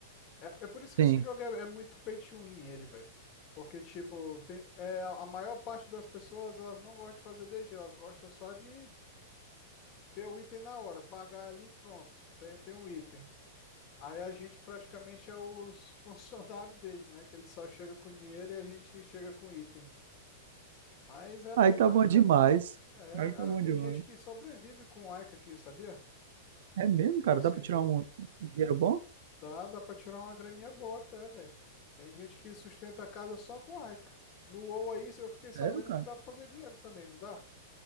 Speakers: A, on the left; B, on the right.
A: É, é por isso que
B: sim.
A: esse jogo é, é muito pay to win, ele, velho. Porque, tipo, tem, é, a a maior parte das pessoas, elas não gostam de fazer DG, elas gostam só de ter o item na hora, pagar ali, e pronto, tem, tem um item. Aí a gente praticamente é os <laughs> funcionários deles, né? Que eles só chegam com dinheiro e a gente chega com item. Mas é, é
B: Aí tá
A: bacana.
B: bom demais.
A: É,
B: Aí
A: a-
B: tá bom
A: a- tem
B: demais.
A: gente que sobrevive com Ica aqui, sabia?
B: É mesmo, cara?
A: Com esse
B: Dá pra tirar
A: jogo.
B: um um dinheiro bom?
A: Dá, dá pra tirar uma graninha boa até, velho. Tem gente que sustenta a casa só com aica No WoW aí, eu fiquei sabendo
B: Sério, cara?
A: que dá pra fazer dinheiro também, não dá?